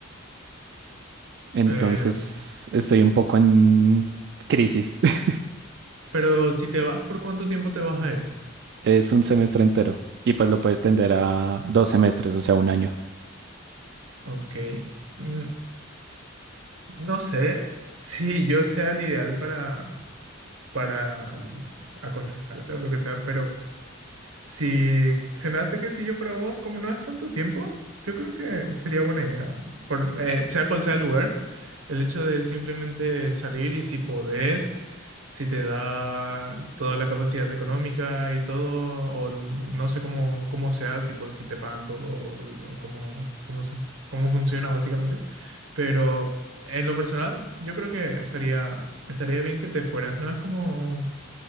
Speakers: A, on the right; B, on the right.
A: Entonces
B: Em,
A: estoy
B: s-
A: un
B: s-
A: poco en crisis. <laughs>
B: pero si te vas, ¿por cuánto tiempo te vas a ir?
A: Es un semestre entero y pues lo puedes tender a dos semestres, o sea, un año.
B: Ok. mm, No sé si yo sea el ideal para, para aconsejarte o lo que sea, pero... Si se me hace que si yo fuera vos, como no es tanto tiempo, yo creo que sería buena idea. Por, eh, sea cual sea el lugar, el hecho de simplemente salir y si podés, si te da toda la capacidad económica y todo, o l- no sé cómo, cómo sea, tipo si te pagan todo o, l- o cómo, cómo, se- cómo funciona básicamente. Pero en lo personal, yo creo que estaría, estaría bien que te fueras. No es como